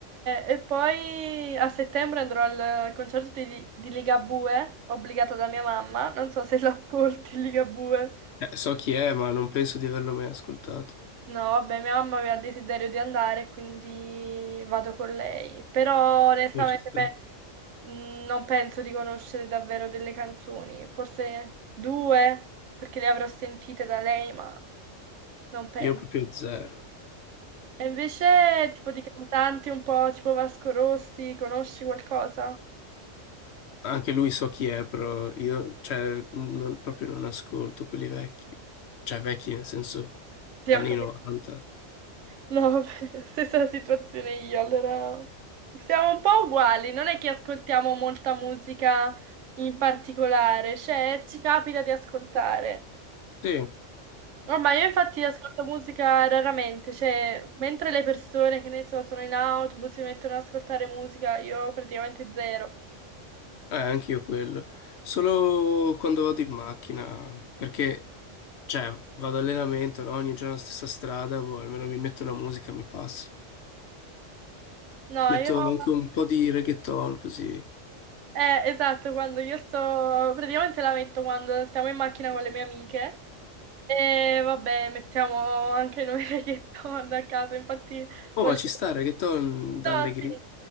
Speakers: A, on the right (about 70°); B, on the left (about 65°).
A: e poi a settembre andrò al concerto di, di Ligabue, obbligata da mia mamma. Non so se <laughs> l'ascolti, Ligabue.
B: Eh, so chi è, ma non penso di averlo mai ascoltato.
A: No, vabbè, mia mamma aveva il desiderio di andare, quindi vado con lei. Però onestamente
B: Forse.
A: beh, mh, non penso di conoscere davvero delle canzoni. Forse due, perché le avrò sentite da lei, ma non penso.
B: Io proprio zero.
A: E invece, tipo di cantanti un po' tipo Vasco Rossi, conosci qualcosa?
B: Anche lui so chi è, però io cioè, non- proprio non ascolto quelli vecchi. Cioè vecchi nel senso
A: Sì,
B: anni
A: ho capito.
B: 90.
A: No, vabbè, <laughs> stessa situazione io, allora siamo un po' uguali, non è che ascoltiamo molta musica in particolare, cioè ci capita di ascoltare.
B: Sì, eh,
A: Ormai io infatti ascolto musica raramente, cioè mentre le persone che ne so sono in autobus si mettono ad ascoltare musica, io praticamente zero.
B: eh, anch'io quello. Solo quando vado in macchina, perché cioè, vado allenamento, no? Ogni giorno la stessa strada, boh, almeno mi metto la musica, mi passa.
A: No,
B: Metto
A: io...
B: anche un po' di reggaeton così.
A: Eh, esatto, quando io sto... praticamente la metto quando stiamo in macchina con le mie amiche. E vabbè, mettiamo anche noi <laughs> reggaeton a caso, infatti
B: Oh,
A: volevo...
B: ma ci stare, che torni da
A: No,
B: Allegri,
A: sì.